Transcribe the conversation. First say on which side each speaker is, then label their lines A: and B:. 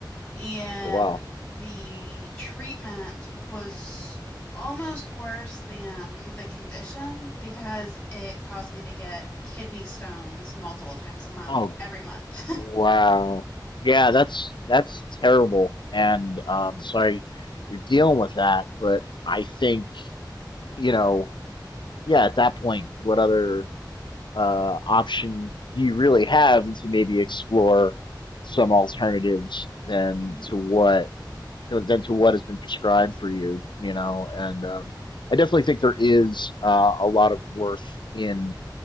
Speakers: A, on the left; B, on the left.
A: and
B: wow
A: the treatment was almost worse than the condition because it caused me to get kidney stones multiple times a month,
B: oh
A: every month. <laughs>
B: wow yeah that's that's terrible and um sorry you're dealing with that but I think you know yeah at that point what other uh, option do you really have than to maybe explore some alternatives than
A: Mhm.
B: to what than to what has been prescribed for you, you know? And um, I definitely think there is uh, a lot of worth in